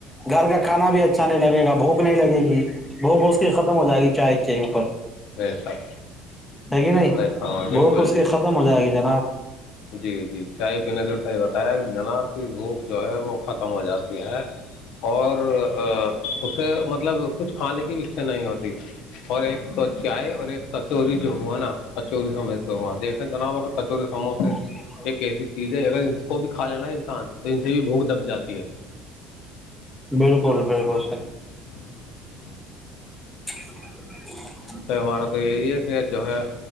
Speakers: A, in the centre; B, on the left.
A: گھر کا کھانا بھی اچھا نہیں لگے گا بھوک نہیں لگے گی بھوگوس کی ختم ہو جائے گی چائے کے ہی اوپر
B: جی سب
A: ہے کہ نہیں
B: رائی فارما
A: بھوک
B: بالکل
A: اس کی ختم ہو جائے گی جناب
B: جی جی چائے پینے کا ص یہ بتایا جناب کی بھوک جو ہے وہ ختم ہو جاتی ہے اور اسے مطلب کچھ کھانے کی بھی اچھا نہیں ہوتی اور ایک تو چائے اور ایک کچوری جو ہوا نا کچوری سمو سے ہوا دیکھے جناب اگر کچوری سموسے
A: <inaudible>
B: ایک ایسی چیز ہے اگر ان کو بھی کھا لینا انسان تو ان سے بھی بھوک دب جاتی ہے
A: بالکل بالکل س
B: <inaudible>
A: <unintelligible>
B: تو ہمارا تو یہی ہے کہ جو ہے